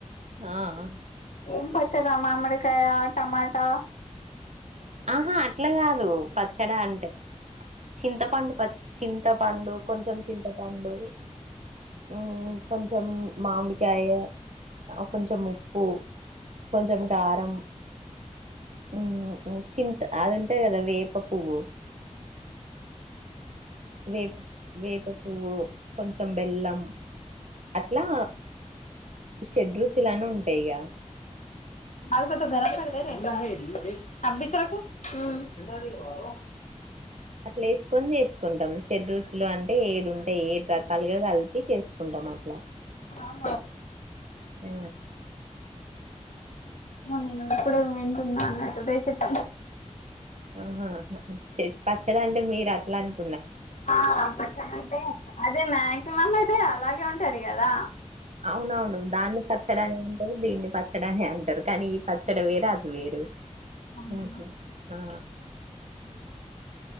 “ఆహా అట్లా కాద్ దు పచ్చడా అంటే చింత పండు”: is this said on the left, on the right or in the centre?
Right